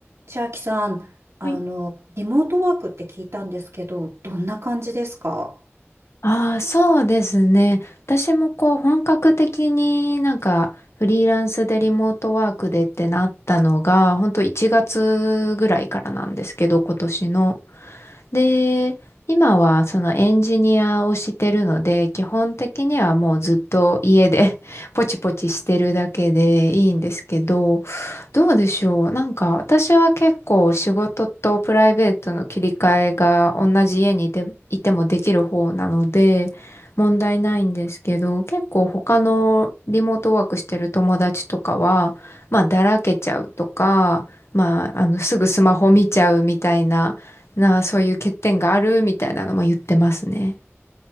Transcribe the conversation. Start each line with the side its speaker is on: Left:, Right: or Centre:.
Right: 千秋さん、あの、
Left: はい。
Right: リモートワークって聞いたんですけど、どんな感じですか
Left: ああ、そうですね。私もこう本格的になんかフリーランスでリモートワークでってなったのが、本当1月ぐらいからなんですけど、今年の。で、今はそのエンジニアをしてるので、基本的にはもうずっと家で <laughs> ポチポチしてるだけでいいんですけど、どうでしょう。なんか私は結構仕事とプライベートの切り替えが同じ家にいて、いてもできる方なので問題ないんですけど、結構他のリモートワークしてる友達とかは、まあだらけちゃうとか、まああのすぐスマホ見ちゃうみたいな、な、そういう欠点があるみたいなのも言ってますね。